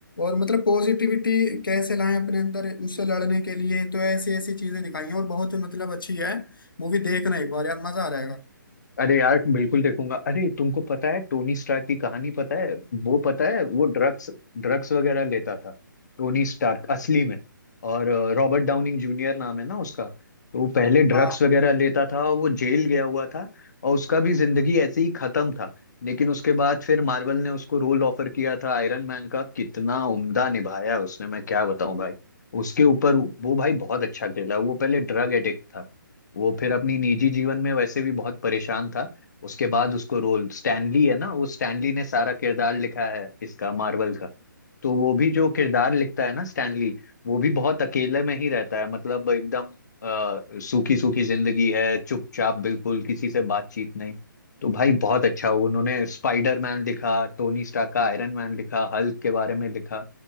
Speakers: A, on the left; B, on the left.
A: और मतलब पॉजिटिविटी कैसे लाएं अपने अंदर उससे लड़ने के लिए तो ऐसी ऐसी चीजें दिखाई हैं और बहुत मतलब अच्छी है मूवी देखना एक बार यार मजा आ जाएगा
B: अरे यार बिल्कुल देखूंगा अरे तुमको पता है टोनी स्टार्क की कहानी पता है वो पता है वो ड्रग्स ड्रग्स वगैरह लेता था टोनी स्टार्क असली में और रॉबर्ट डाउनिंग जूनियर नाम है ना उसका तो वो पहले ड्रग्स
A: हाँ
B: वगैरह लेता था और वो जेल गया हुआ था और उसका भी जिंदगी ऐसे ही खत्म था लेकिन उसके बाद फिर मार्वल ने उसको रोल ऑफर किया था आयरन मैन का कितना उम्दा निभाया उसने मैं क्या बताऊं भाई उसके ऊपर वो भाई बहुत अच्छा खेला वो पहले ड्रग एडिक्ट था वो फिर अपनी निजी जीवन में वैसे भी बहुत परेशान था उसके बाद उसको रोल स्टैनली है ना वो स्टैनली ने सारा किरदार लिखा है इसका मार्वल का तो वो भी जो किरदार लिखता है ना स्टैनली वो भी बहुत अकेले में ही रहता है मतलब एकदम अ, सूखी सूखी जिंदगी है चुपचाप बिल्कुल किसी से बातचीत नहीं तो भाई बहुत अच्छा उन्होंने स्पाइडर मैन लिखा टोनी स्टार्क का आयरन मैन लिखा हल्क के बारे में लिखा